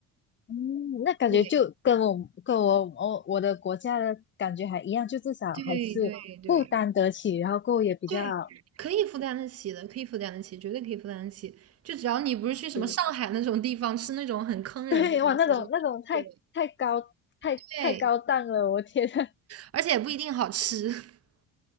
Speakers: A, on the left; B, on the right.
A: 嗯，那感觉就跟我跟我我我的国家的感觉还一样，
B: 对
A: 就至少还是负担得起，
B: 对对对。
A: 然后过后也比较
B: 对，可以负担得起的，可以负担得起，绝对可以负担得起。就只要你不是去什么上海那种地方吃那种很坑人的东西就好对，
A: 对 <laughs>，对哇，那种那种太太高太太高档了，
B: 对，
A: 我天呐！<laughs>
B: 而且也不一定好吃。<laughs>